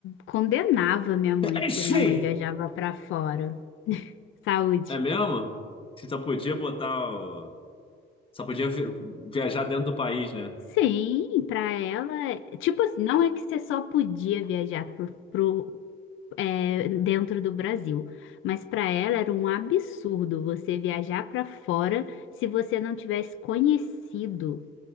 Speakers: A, on the left; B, on the left.
A: condenava minha mãe,
B: Enfim,
A: porque minha mãe viajava pra fora. Saúde.
B: É mesmo? Você só podia botar. o- Só podia vi- viajar dentro do país, né?
A: Sim, pra ela, tipo assim, não é que você só podia viajar pro, pro é, dentro do Brasil. Mas para ela era um absurdo você viajar para fora se você não tivesse conhecido